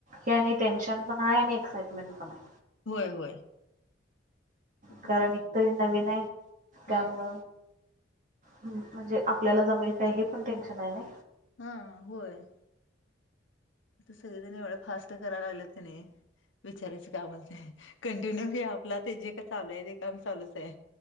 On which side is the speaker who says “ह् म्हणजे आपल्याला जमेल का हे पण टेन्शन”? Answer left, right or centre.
Right